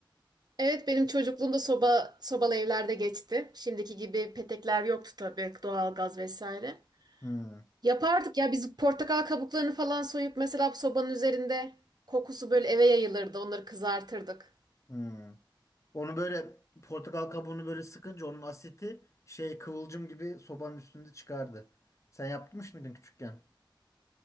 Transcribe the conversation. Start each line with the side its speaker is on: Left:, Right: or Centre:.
Right: Evet benim çocukluğumda soba sobalı evlerde geçti. Şimdiki gibi petekler yoktu tabii doğalgaz vesaire.
Left: Hmm,
Right: Yapardık ya biz portakal kabuklarını falan soyup mesela bu sobanın üzerinde kokusu böyle eve yayılırdı. Onları kızartırdık.
Left: hmm. Onu böyle portakal kabuğunu böyle sıkınca onun asiti şey kıvılcım gibi sobanın üstünde çıkardı. Sen yapmış mıydın küçükken?